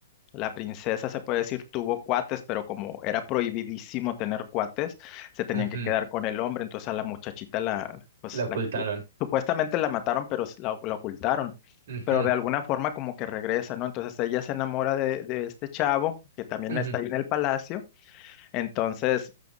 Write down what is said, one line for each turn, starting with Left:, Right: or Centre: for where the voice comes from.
Left: la princesa, se puede decir, tuvo cuates, pero como era prohibidísimo tener cuates, se tenían
Right: ujú.
Left: que quedar con el hombre, entonces a la muchachita la, pues,
Right: La ocultaron.
Left: la, qui- supuestamente la mataron, pero s- la, la ocultaron.
Right: Ujú,
Left: Pero de alguna forma como que regresa, ¿no? Entonces ella se enamora de, de este chavo, que también
Right: ujú.
Left: está ahí en el palacio, entonces,